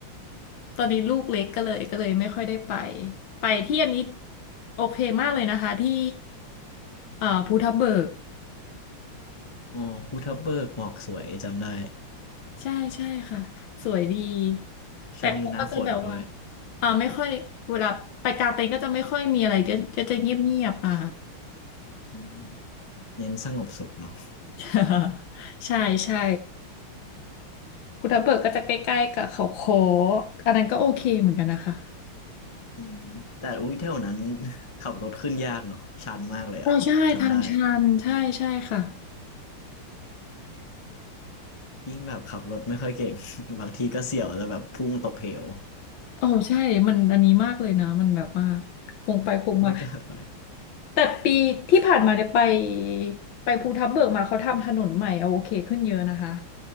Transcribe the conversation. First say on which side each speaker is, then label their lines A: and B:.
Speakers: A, on the left; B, on the left.
A: <laughs> ตอนนี้ลูกเล็กก็เลยก็เลยไม่ค่อยได้ไปไปที่อันนี้โอเคมากเลยนะคะที่เอ่อภูทับเบิก
B: อ๋อภูทับเบิกหมอกสวยจำได้
A: ใช่ใช่ค่ะสวยดีแต่ก็จะแบบว่า
B: ช่วงนี้หน้าฝนด้วย
A: อ่าไม่ค่อยเวลาไปกลางเต็นท์ก็จะไม่ค่อยมีอะไรก็ก็จะเงียบเงียบอ่า
B: อืมเน้นสงบสุขเนาะ
A: <laughs> ใช่ใช่ภูทับเบิกก็จะใกล้ๆกับเขาโค้กอันนั้นก็โอเคเหมือนกันนะคะ
B: อืมแต่อุ้ยเท่านั้น <laughs> ขับรถขึ้นยากเนาะชันมากเลยอะจำได้
A: อ๋อใช่ทางชันใช่ใช่ค่ะ
B: ยิ่งแบบขับรถไม่ค่อยเก่ง <laughs> บางทีก็เสี่ยวจะแบบพุ่งตกเหว
A: โอ้ใช่มันอันนี้มากเลยนะมันแบบว่าคงไปคงมา
B: ไม่กล้าไป
A: แต่ปีที่ผ่านมาเนี่ยไปไปภูทับเบิกมาเขาทำถนนใหม่เอาโอเคขึ้นเยอะนะคะ